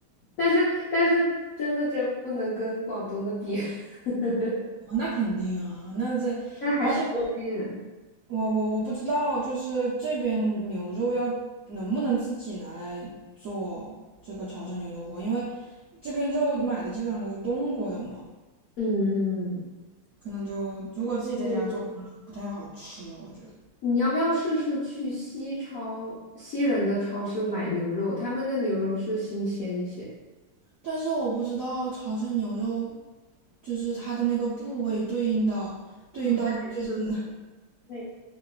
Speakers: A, on the left (about 75°); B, on the right (about 85°).
A: 但是但是真的就不能跟广东的比，<laughs>
B: 啊，那肯定啊，那这，
A: 但还是
B: 而且我
A: OK 的。
B: 我我我不知道，就是这边牛肉要能不能自己拿来做这个潮汕牛肉火锅，因为这边肉买的基本上都是冻过的嘛，
A: 嗯嗯，
B: 可能就如果自己在家做，
A: 你
B: 可能就不太好吃，我觉得。
A: 你要不要试试去西超西人的超市买牛肉？他们的牛肉是新鲜一些。
B: 但是我不知道潮汕牛肉就是它的那个部位对应到对应到就是
A: 哦，那也是，
B: <laughs>
A: 那